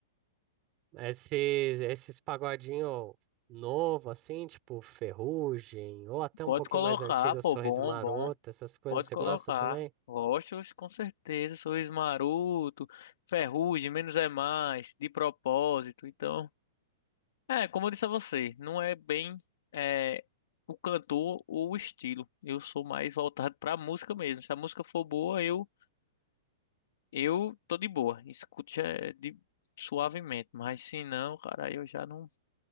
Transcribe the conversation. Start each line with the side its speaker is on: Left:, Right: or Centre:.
Right: Esses, esses pagodinho novo, assim, tipo Ferrugem, ou até um
Left: pode
Right: pouquinho
Left: colocar,
Right: mais antigo,
Left: pô,
Right: Sorriso
Left: bom,
Right: Maroto,
Left: bom.
Right: essas coisas,
Left: Pode
Right: você
Left: colocar.
Right: gosta também?
Left: Gosto, com certeza. Sorriso Maroto, Ferrugem, Menos é Mais, De Propósito. Então, é, como eu disse a você, não é bem é, o cantor ou o estilo. Eu sou mais voltado pra música mesmo. Se a música for boa, eu Eu tô de boa, escuto já é de suavemente, mas se não, cara, aí eu já não.